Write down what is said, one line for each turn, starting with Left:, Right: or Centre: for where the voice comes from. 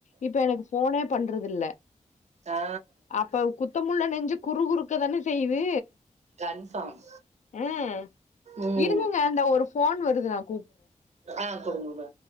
Left: இப்ப எனக்கு போனே பண்றது இல்ல
Right: ஆ
Left: அப்ப குத்த குத்தமுள்ள நெஞ்சு குறு குறுக்க தானே செய்து
Right: கன்ஃபார்ம்
Left: ம்
Right: ம்
Left: இருங்கங்க இந்த ஒரு ஃபோன் வருதுனா
Right: ஆ கொடுங்க உட